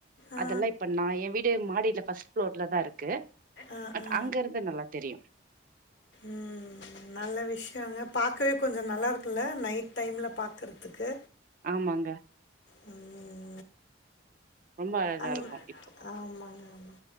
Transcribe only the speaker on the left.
ஆ,
ஆ,
ஆ.
ம், நல்ல விஷயங்க பாக்கவே கொஞ்ச நல்லா இருக்குல நைட் டைம்ல பாக்குறதுக்கு
ம்
அங்
ஆமாங்க ஆமாங்க